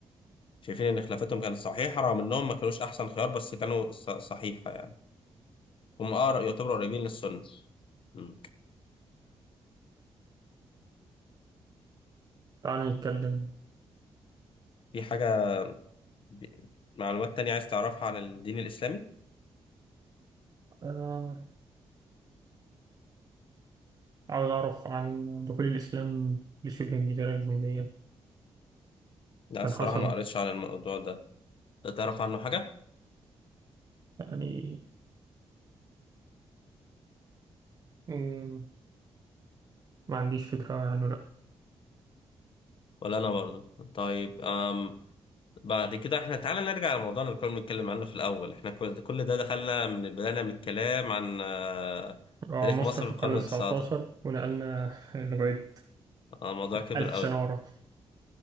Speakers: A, on the left; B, on the right.
A: شايفين إن خلافتهم كانت صحيحة رغم إنهم ما كانوش أحسن خيار بس كانوا ص- صحيحة يعني هم أقرب يعتبروا قريبين للسنة مم.
B: تعال نتكلم
A: في حاجة ب- معلومات تانية عايز تعرفها عن الدين الإسلامي؟
B: آه. عاوز اعرف عن دخول الاسلام لشبه الجزيرة الهندية
A: لا
B: كان
A: الصراحة
B: حصل
A: ما قريتش عن الموضوع ده أنت تعرف عنه حاجة؟
B: يعني مم، ما عنديش فكرة عنه لا
A: ولا أنا برضو طيب أم بعد كده احنا تعالى نرجع لموضوعنا اللي كنا بنتكلم عنه في الأول احنا كل كل ده دخلنا من البداية من الكلام عن آه،
B: آه،
A: تاريخ
B: مصر
A: مصر
B: في
A: في
B: القرن
A: القرن
B: التسعتاشر
A: التسعة عشر
B: ونقلنا <laughs> لغاية
A: آه، الموضوع كبر
B: ألف
A: قوي
B: سنة ورا